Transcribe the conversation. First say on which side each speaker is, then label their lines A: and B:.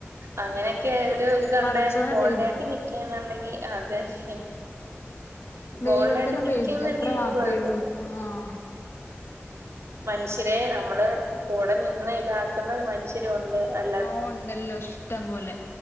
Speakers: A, on the right; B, on the left.
A: അങ്ങനെയൊക്കെ ഒരു ഇത്ണ്ടായിരുന്നു
B: പടച്ചോനെ
A: ബോൾഡായിട്ട്
B: പേടി
A: നിക്കന്നുണ്ടെങ്കിൽ അതന്നെ
B: ദൈവത്തിനെ
A: ബോൾഡായിട്ട്
B: പേടി
A: നിക്കാന്നുണ്ടെങ്കി
B: അത്ര
A: നമുക്ക്
B: മാത്രള്ളൂ
A: കുഴപ്പമില്ല
B: ആഹ്
A: മനുഷ്യരെ നമ്മള് കൂടെ നിന്ന് ഇതാക്കുന്ന മനു മനുശ്യരുണ്ട് അൽ
B: ഓഹ് ഉണ്ടല്ലോ ഇഷ്ടം പോലെ